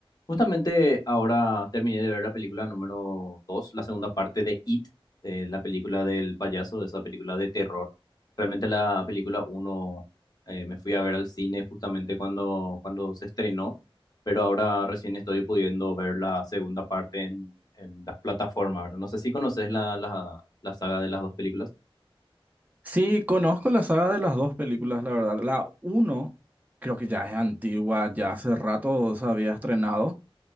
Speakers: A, on the left; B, on the right.
A: Justamente ahora terminé de ver la película número dos la segunda parte de It, eh, la película del payaso, esa película de terror. Realmente la película uno eh, me fui a ver al cine justamente cuando, cuando se estrenó, pero ahora recién estoy pudiendo ver la segunda parte en, en las plataformas, ¿verdad? No sé si conoces la, la, la saga de las dos películas.
B: Sí, conozco la saga de las dos películas, la verdad. La uno creo que ya es antigua, ya hace rato se había estrenado.